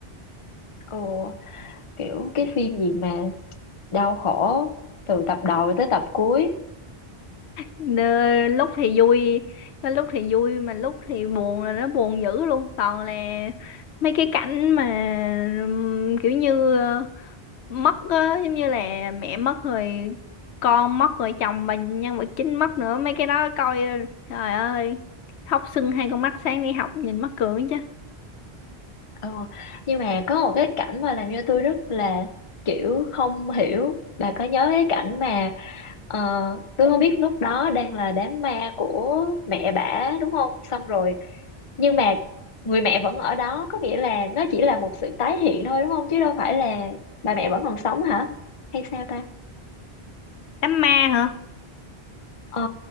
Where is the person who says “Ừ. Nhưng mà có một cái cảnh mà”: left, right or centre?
Left